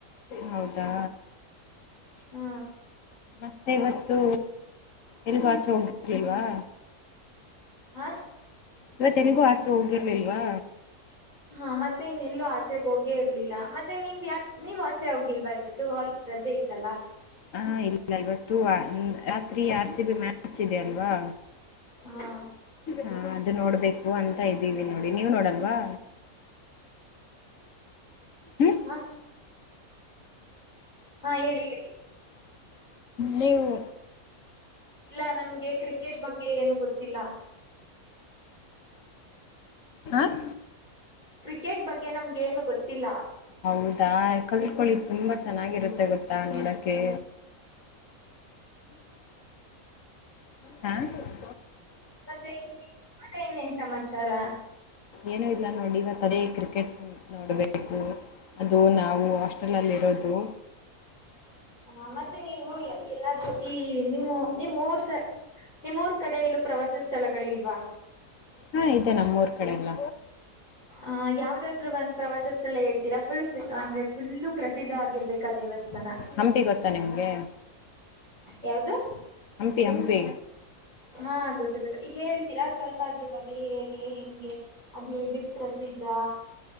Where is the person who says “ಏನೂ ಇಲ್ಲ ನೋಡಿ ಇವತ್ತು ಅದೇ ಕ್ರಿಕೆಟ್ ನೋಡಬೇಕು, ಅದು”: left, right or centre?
Left